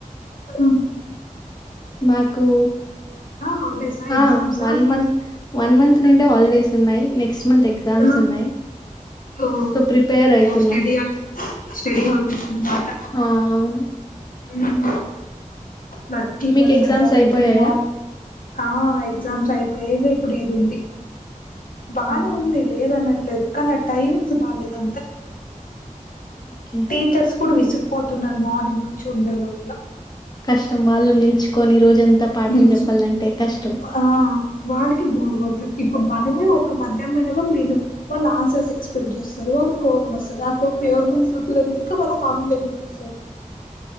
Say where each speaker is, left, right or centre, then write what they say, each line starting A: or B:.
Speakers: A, on the left; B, on the left.
A: పడ
B: మాకు
A: హాలిడేసా ఎగ్జామ్సా
B: ఆ వన్ మంత్ వన్ మంత్ నుండే హాలిడేస్ ఉన్నాయి నెక్స్ట్ మంత్ ఎగ్జామ్స్
A: ఆ
B: ఉన్నాయి
A: ఓ
B: సో ప్రిపేర్ అయితున్నా
A: ఓ స్టడి హాల్ స్టడి హాలిడేస్ అన్నమాట
B: ఆ అవును
A: ఉమ్ వర్తి
B: మీకు
A: పర్సన్స్
B: ఎగ్జామ్స్ అయిపోయాయా
A: ది మిలాల్ ఆ ఎగ్జామ్స్ అయిపోయయిగా ఇప్పుడు ఇది ఉంది బానే
B: మ్మ్.
A: ఉంది లేదన్నట్ లేదు కానీ ఆ టైమింగ్స్ బాలేదు అంతే
B: ఓకే
A: టీచర్స్ కూడా విసుక్పోతున్నారు మార్నింగ్ నుంచి ఉండే లోపల
B: కష్టం వాళ్ళు నిల్చుకొని రోజంతా పాఠం
A: నీచ్
B: చెప్పాలంటే కష్టం
A: ఆ వాల్కి బోర్ గొడుతాద్ ఇప్పుడు మనమే ఒక మధ్యాహ్నమైన లోపులిం వాళ్ళు ఆన్సర్స్ ఎక్స్పెక్ట్ చేస్తారు వాళ్ళు కోపం వస్తారు ఆ కోప్ ఎవరి ముందు చూపియ్యాలో తెలీక మల్ల మామిందే చూపిస్తారు